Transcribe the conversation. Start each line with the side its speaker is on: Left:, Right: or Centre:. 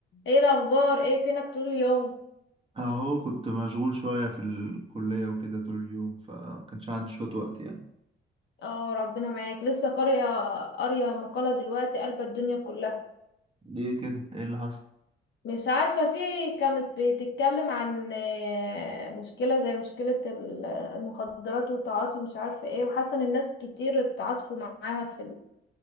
Left: ايه الاخبار ايه فينك طول اليوم
Right: اهو كنت مشغول شوية في الكلية وكده طول اليوم فكانش عندي شوية وقت يعني
Left: اه ربنا معاك لسه قارية قارية مقالة دلوقتي قلب الدنيا كلها
Right: ليه كده ايه اللي حصل
Left: مش عارفة في كانت بتتكلم عن آه، مشكلة زي مشكلة ال- المخدرات والتعاطي ومش عارفة ايه وحاسة ان الناس كتير اتعاطفوا معاها في